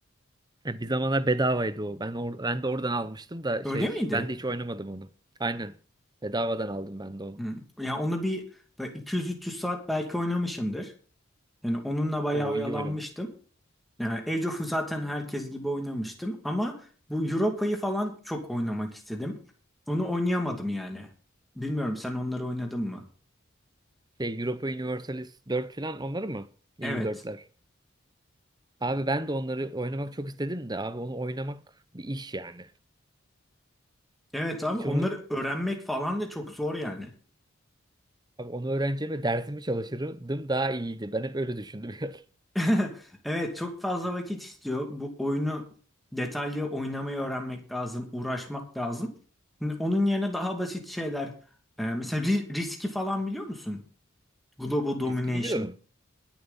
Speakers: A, on the right (about 20°); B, in the centre.
A: Ya bir zamanlar bedavaydı o. Ben or- ben de oradan almıştım da
B: Öyle
A: şey
B: miydi?
A: ben de hiç oynamadım onu. Aynen. Bedavadan aldım ben de onu.
B: Hı. Ya onu bir böyle 200-300 saat belki oynamışımdır. Yani onunla bayağı
A: O
B: oyalanmıştım.
A: iyi oynamış.
B: Yani Age of'u zaten herkes gibi oynamıştım ama bu Europa'yı falan çok oynamak istedim. Onu oynayamadım yani. Bilmiyorum sen onları oynadın mı?
A: Şey Europa Universalis 4 falan onları mı? EU4'ler.
B: Evet.
A: Abi ben de onları oynamak çok istedim de abi onu oynamak bir iş yani.
B: Evet abi
A: Hiç
B: onları
A: onu
B: öğrenmek falan da çok zor yani.
A: Abi onu öğreneceğime dersimi çalışırdım daha iyiydi. Ben hep öyle düşündüm <laughs> yani.
B: <laughs> Evet çok fazla vakit istiyor. Bu oyunu detaylı oynamayı öğrenmek lazım, uğraşmak lazım. Şimdi Onun yerine daha basit şeyler. e, Mesela ri- riski falan biliyor musun? Global Domination.
A: Riski biliyorum.